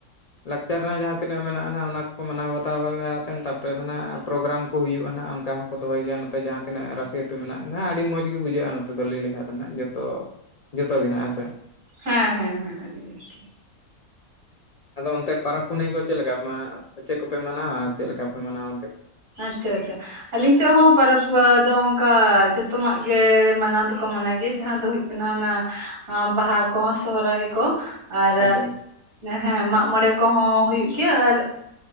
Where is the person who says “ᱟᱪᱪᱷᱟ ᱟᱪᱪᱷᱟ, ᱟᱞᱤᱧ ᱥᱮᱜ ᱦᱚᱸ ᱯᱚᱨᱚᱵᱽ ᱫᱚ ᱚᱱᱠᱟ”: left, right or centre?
Right